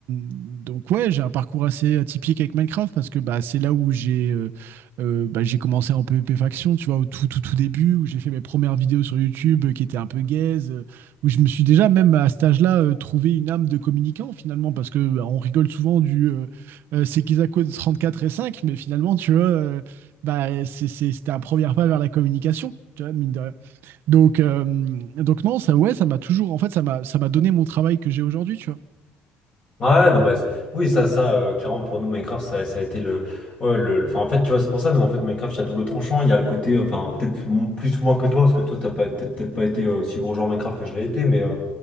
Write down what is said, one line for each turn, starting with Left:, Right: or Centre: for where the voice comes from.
Right: donc ouais, j'ai un parcours assez atypique avec Minecraft parce que bah, c'est là où j'ai euh, euh, bah, j'ai commencé en PvP faction, tu vois, au tout tout tout début, où j'ai fait mes premières vidéos sur YouTube euh, qui étaient un peu gaze. euh, où je me suis déjà, même à cet âge-là, euh, trouvé une âme de communicant, finalement, parce que bah, on rigole souvent du euh, euh, c'est qu'ils à cause 34 et 5, mais finalement, tu vois, euh, bah, c'est- c'est- c'était un premier pas vers la communication, tu vois, mine de rien. Donc, euh, donc non, ça, ouais, ça m'a toujours, en fait, ça m'a ça m'a donné mon travail que j'ai aujourd'hui, tu vois.
Left: Ouais, non, bah, c'est- oui, ça, ça, euh, clairement, pour nous, Minecraft, ça, ça a été le, ouais, le, le- enfin, en fait, tu vois, c'est pour ça, nous, en fait, Minecraft, il y a double tranchant, il y a le côté, euh, enfin, peut-être mon- plus ou moins que toi, parce que toi, t'as pas, peut-être peut-être pas été euh, aussi gros joueur Minecraft que je l'ai été, mais, euh,